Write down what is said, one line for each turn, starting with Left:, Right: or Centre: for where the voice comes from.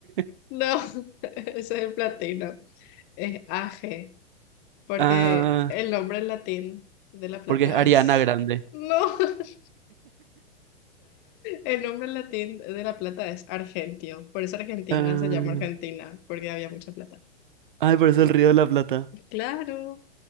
Right: <laughs>
Left: No, <laughs> ese es el platino, es AG, porque
Right: Ah,
Left: el nombre en latín de la plata
Right: porque es Ariana
Left: es...
Right: Grande.
Left: No. <laughs> El nombre latín de la plata es argentio, por eso Argentina
Right: ah,
Left: se llama Argentina, porque había mucha plata.
Right: Ay, parece el Río de la Plata.
Left: Claro,